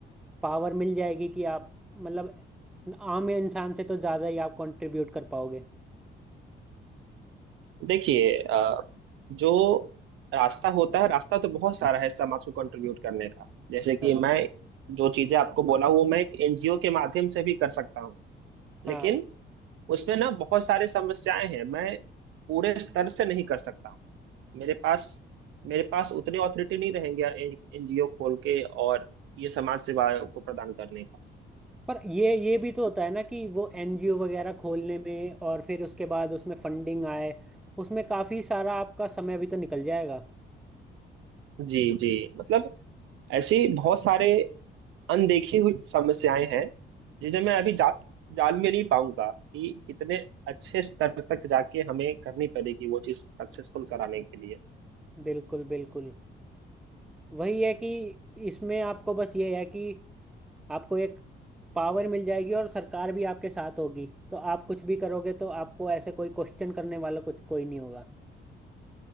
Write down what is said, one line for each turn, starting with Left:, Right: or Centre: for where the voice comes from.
Centre: पावर मिल जाएगी कि आप मतलब आम इंसान से तो ज़्यादा ही आप कंट्रीब्यूट कर पाओगे
Right: देखिए अ, जो रास्ता होता है रास्ता तो बहुत सारा है समाज को कंट्रीब्यूट करने का जैसे कि
Centre: हाँ
Right: मैं जो चीजें आपको बोला हूँ मैं एक एनजीओ के माध्यम से भी कर सकता हूँ लेकिन
Centre: हाँ।
Right: उसमें ना बहुत सारी समस्याएं हैं मैं पूरे स्तर से नहीं कर सकता हूँ मेरे पास मेरे पास उतनी ऑथोरिटी नहीं रहेंगे एनजीओ खोल के और ये समाज सेवा को प्रदान करने का
Centre: पर ये ये भी तो होता है ना कि वो एनजीओ वगैरह खोलने में और फिर उसके बाद उसमें फंडिंग आए उसमें काफी सारा आपका समय भी तो निकल जाएगा
Right: जी जी मतलब ऐसी बहुत सारे अनदेखी हुई समस्याएं हैं जिन्हें मैं अभी जा, जान भी नहीं पाऊंगा कि कितने अच्छे स्तर तक जाके हमें करनी पड़ेगी वो चीज सक्सेसफुल कराने के लिए
Centre: बिल्कुल बिल्कुल वही है कि इसमें आपको बस ये है कि आपको एक पावर मिल जाएगी और सरकार भी आपके साथ होगी तो आप कुछ भी करोगे तो आपको ऐसे कोई क्वेश्चन करने वाला कुछ कोई नहीं होगा